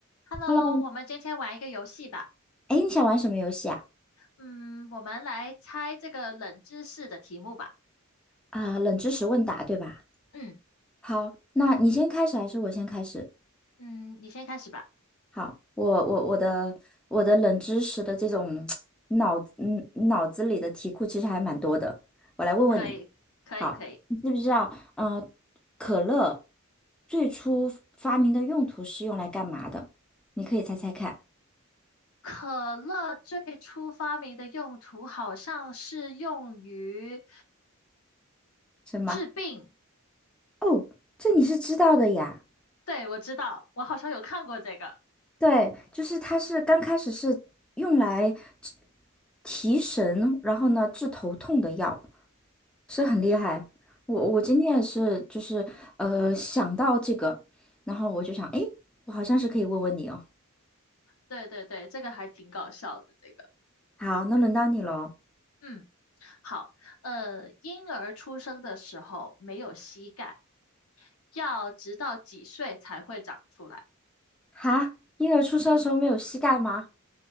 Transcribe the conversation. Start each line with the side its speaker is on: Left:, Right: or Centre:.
Left: Hello，
Centre: Hello，
Left: 我们今天玩一个游戏吧。
Centre: 哎，你想玩什么游戏啊？
Left: 嗯，我们来猜这个冷知识的题目吧。
Centre: 啊、冷知识问答，对吧？
Left: 嗯
Centre: 好，那你先开始还是我先开始？
Left: 嗯，你先开始吧。
Centre: 好，我我我的我的冷知识的这种 <tsk> 脑嗯脑子里的题库其实还蛮多的，我来问问你。
Left: 可以，可以，
Centre: 好，
Left: 可以。
Centre: 你知不知道？呃，可乐最初发明的用途是用来干嘛的？你可以猜猜看，
Left: 可乐最初发明的用途好像是用于
Centre: 什么？
Left: 治病。
Centre: 哦，这你是知道的呀。
Left: 对，我知道，我好像有看过这个。
Centre: 对，就是它是刚开始是用来治提神，然后呢治头痛的药，是很厉害。我我今天也是，就是呃想到这个，然后我就想，诶，我好像是可以问问你哦。
Left: 对对对，这个还挺搞笑的。这个，
Centre: 好，那轮到你喽。
Left: 嗯，好。呃，婴儿出生的时候没有膝盖，要直到几岁才会长出来？
Centre: 哈，婴儿出生的时候没有膝盖吗？